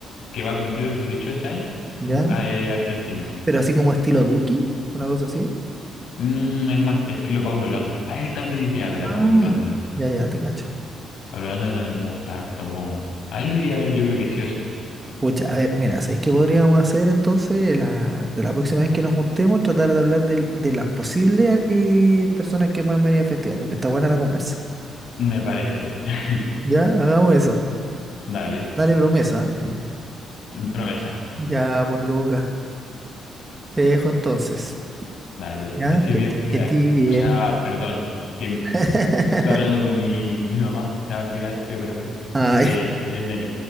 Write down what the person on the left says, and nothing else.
que va a cumplir 18 este año,
un ca- eh, argentino.
Mm, es más estilo Paulo Londra. A él también iría a ver a
Paulo Londra.
Paulo Londra también me gusta harto. Como... A él iría a ver, yo creo que sí o sí.
Me parece. <laughs>
Dale.
Promesa.
Dale.
Estoy
bien, Pilar.
O sea, perdón. Que m-
estuve hablando con mi, mi mamá. Se llama Pilar, tío, perdón.
Eh, estoy bien, Denis.